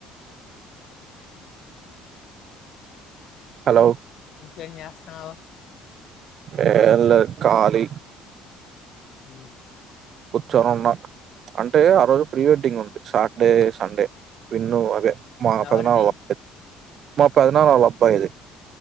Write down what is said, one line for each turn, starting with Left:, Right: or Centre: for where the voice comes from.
Right: హలో
Left: ఏం చేస్తున్నావ్
Right: ఏళ్ళ కాాలి
Left: హ
Right: చను ఉన్నా అంటే ఆ రోజు ప్రీ వెడ్డింగ్ ఉంది సాటర్డే సండే విన్ను అవే మా
Left: ఎవరిది
Right: పద్నాగుయి మా పదనాలు అలబ్బాయిది